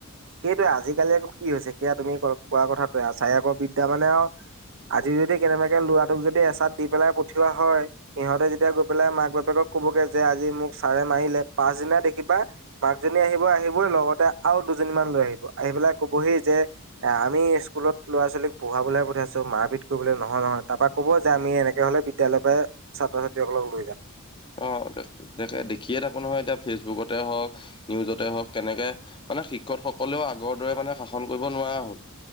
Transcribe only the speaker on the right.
সেইটোৱে, আজিকালি কি হৈছে সেয়া তুমি কোৱা কথাটোৱে আচাৰি আকৌ বিদ্যা মানে আৰু আজি যদি কেনেবাকে ল'ৰাটোক যদি এচাৰ দি পেলাই পঠিওৱা হয় সিহঁতে যেতিয়া গৈ পেলাই মাক বাপেকক ক'বগে যে আজি মোক ছাৰে মাৰিলে পাচদিনা দেখি বা মাকজনী আহিব, আহিবই লগতে আৰু দুজনী মান লৈ আহিব, আহি পেলাই ক'বহি যে এ, আমি স্কুলত ল'ৰা ছোৱালী পঢ়ুৱাবলৈ পঠিয়াইছোঁ, মাৰপিত কৰিবলৈ নহয়, নহয়। তাৰপা ক'ব যে আমি এনেক হ'লে তেওঁলোকে ছাত্ৰ ছাত্ৰীসকলক লৈ যাম।